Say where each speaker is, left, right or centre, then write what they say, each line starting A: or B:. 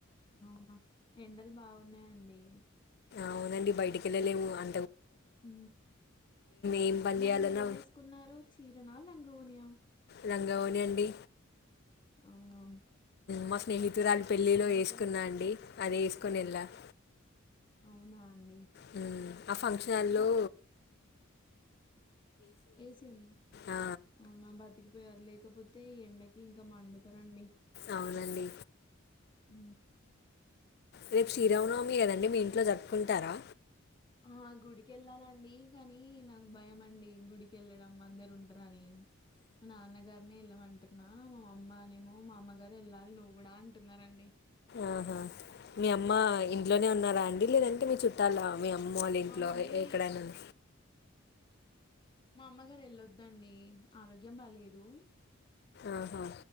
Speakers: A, on the left; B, on the left.
A: అవునా ఎండలు బాగున్నాయండి
B: అవునండి బయటికెళ్ళలేము అ
A: ఉ
B: ఏం పని
A: మరి
B: చేయాలన్నా
A: మీరు ఏమేసుకున్నారు చీరన లే లంగావోనీ ఆ
B: లంగావోనీ అండి
A: అవున
B: మా స్నేహితురాలు పెళ్ళిలో వేసుకున్నా
A: అసలు
B: అండి అది వేసుకొని వెళ్లాను
A: అవునా అండి
B: హ ఆ ఫంక్షన్లో
A: క ఏసీ ఉందా
B: ఆ,
A: అవునా బత్ తికిపోయారు లేకపోతే ఈ ఎండకి ఇంకా మండుతరండి
B: అవునండి
A: హుం
B: రేపు శ్రీరామనవమి కదండి మీ ఇంట్లో జరుపుకుంటారా
A: ఆ గుడికి వెళ్ళాలండి కానీ నాకు భయం అండి గుడికి వెళ్ళడం అందరు ఉంటారని మా నాన్నగారని వెళ్ళమంటున్నా మా మామ్మన్ ఏమో మా అమ్మగారు వెళ్ళాలి నువ్వు కూడా అంటున్నారండి
B: ఆహా మీ అమ్మ ఇంట్లోనే ఉన్నారా అండి లేదంటే మీ చుట్టాల మీ అమ్మమ్మ వాళ్ళ ఇంట్లో
A: మా మమ్మీ
B: ఎక్కడైనా ఉ
A: మా అమ్మ గారేళ్ళొద్దండి ఆరోగ్యం బాలేేదు
B: ఆహా